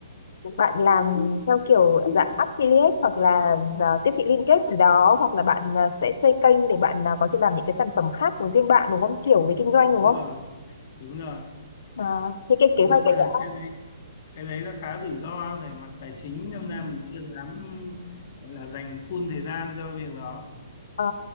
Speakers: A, on the left; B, on the left.
A: bạn làm theo kiểu dạng affiliate hoặc là à, tiếp thị liên kết gì đó hoặc là bạn à, sẽ xây kênh để bạn à, có thể làm những cái sản phẩm khác của riêng bạn đúng không kiểu về kinh doanh đúng
B: đúng
A: không
B: rồi đúng rồi
A: à, thế cái
B: nhưng
A: kế hoạch đấy
B: mà
A: đã
B: cái đấy cái đấy nó khá rủi ro về mặt tài chính nên ra mình chưa dám gọi là dành full thời gian cho việc đó
A: à,